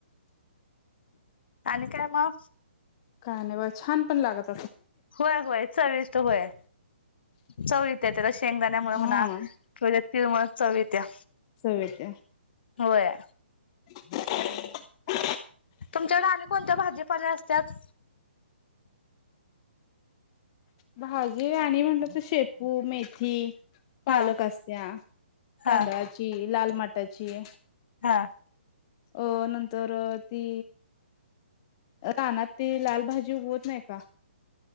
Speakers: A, on the left; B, on the left.
A: आणि काय म.
B: काय नाही बा छान. लागात.
A: होय होय चविष्ट होय, चव येते त्याला शेंगदाण्यामुळे
B: हा
A: म्हणा किंवा त्यात तिळमुळ चव ये इत्या,
B: चव येत्या
A: व्हय.
B: <inaudible>
A: तुमच्याकडे अने कोणत्या भाजीपाल्या असतात
B: भाजी आणि म्हटलं तर शेपू मेथी पालक
A: हा
B: असत्या
A: हा
B: तांदळाची लाल माट त्याची
A: हा
B: अ नंतर ती रानातील लाल भाजी <unintelligible> नाही का